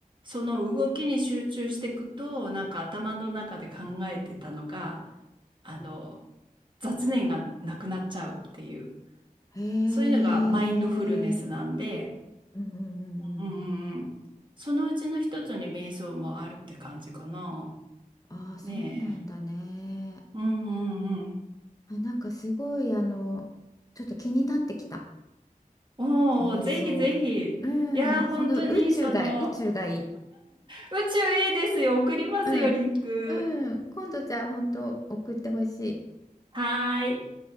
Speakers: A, on the right; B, on the left.
A: その動きに集中していくと、なんか頭の中で考えてたのが、あの、雑念がなくなっちゃうっていう、
B: へえ。
A: そういうのがマインドフルネスなんで、
B: うんうんうんうん。
A: うんうんうん。そのうちの一つに瞑想もあるって感じかな。
B: ああ、そうなんだね。
A: ねえ。うんうんうん。
B: あ、なんかすごい、あの、ちょっと気になってきた。
A: おお、
B: 瞑想。
A: ぜひぜひ。
B: う
A: いやー、
B: ん。その宇宙が、
A: 本当にその、
B: 宇宙がいい。
A: 宇宙いいですよ。送りますよ、
B: うん。
A: リンク。
B: うん。今度じゃあ本当送ってほしい。
A: はーい。